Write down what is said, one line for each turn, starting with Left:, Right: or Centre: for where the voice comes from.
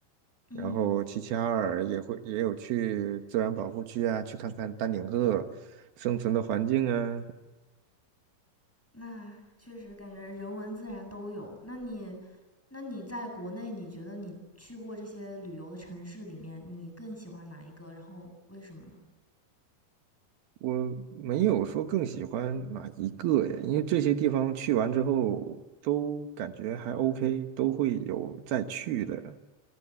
Centre: 嗯，
Right: 然后齐齐哈尔也会也有去自然保护区啊，去看看丹顶鹤生存的环境啊。
Centre: 那确实感觉人文自然都有。那你，那你在国内，你觉得你去过这些旅游的城市里面，你更喜欢哪一个？然后为什么呢？
Right: 我没有说更喜欢哪一个呀，因为这些地方去完之后都感觉还 OK，都会有再去的